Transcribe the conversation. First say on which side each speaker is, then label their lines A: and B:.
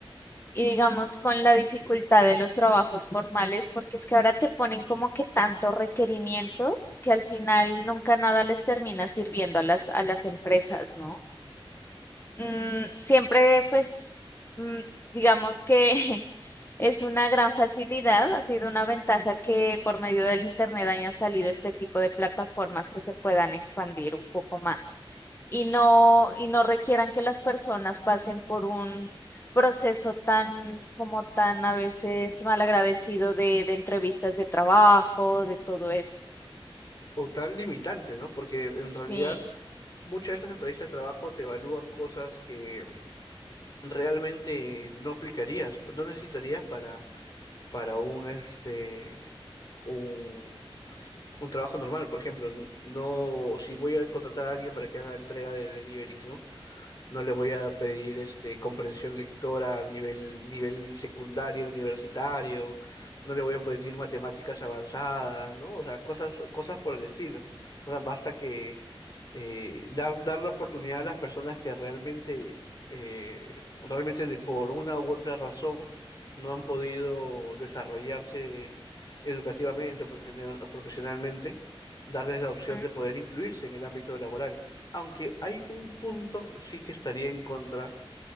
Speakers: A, on the left (about 25°); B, on the left (about 45°).
A: y digamos con la dificultad de los trabajos formales, porque es que ahora te ponen como que tantos requerimientos que al final nunca nada les termina sirviendo a las, a las empresas, ¿no? Mm, siempre, pues, mm, digamos que <laughs> es una gran facilidad, ha sido una ventaja que por medio del Internet hayan salido este tipo de plataformas que se puedan expandir un poco más y no, y no requieran que las personas pasen por un proceso tan, como tan a veces malagradecido de, de entrevistas de trabajo, de todo esto.
B: O tan limitante, ¿no? Porque en
A: Sí,
B: realidad... muchas de estas entrevistas de trabajo te evalúan cosas que realmente no aplicarías, no necesitarías para, para un, este, un, un trabajo normal. Por ejemplo, n- no, si voy a contratar a alguien para que haga entrega de deliveries, ¿no? no le voy a pedir este, comprensión lectora a nivel, nivel secundario, universitario, no le voy a pedir matemáticas avanzadas, ¿no? O sea, cosas, cosas por el estilo. O sea, basta que eh, dar, dar la oportunidad a las personas que realmente, eh, realmente de- por una u otra razón no han podido desarrollarse educativamente o profesional- profesionalmente, darles la opción
A: mm,
B: de poder incluirse en el ámbito laboral. Aunque hay un punto sí que estaría en contra